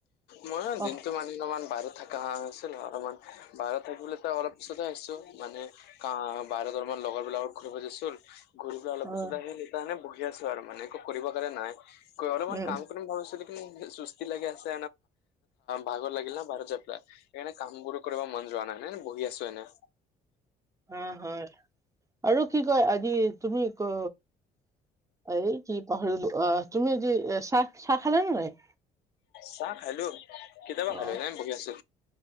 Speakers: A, on the left; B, on the right.
A: মই ন
B: অ
A: দিনটো মানে অলমান বাহিৰত থাকা আছিল, অলমান বাহিৰত থাকি অলপ <unintelligible> মানে কা বাহিৰত অলমান লগৰ বিলাকৰ ঘূৰি, <unintelligible> ঘূৰি অলপ
B: অ
A: পিছত আহি শিকি আছো আৰু মানে, একো কৰিব কাৰণে নাই। অলমান
B: উম
A: কাম কৰিম ভাবিছিলো, কিন্তু চুস্তি লাগি আছে ভাগৰ লাগিলে না বাহিৰত যোৱা পেলা, সেইকাৰণে কাম বোৰো কৰিব মন যোৱা নাই ন বহি আছো এনে।
B: অ', হয়, আৰু কি কয় আজি তুমি ক এই কি পাহৰিলো, আহ তুমি যি চা-চাহ খালে নে নাই?
A: চাহ খালো, কেতিয়াবা
B: অ
A: খালো এনেই বহি আছো।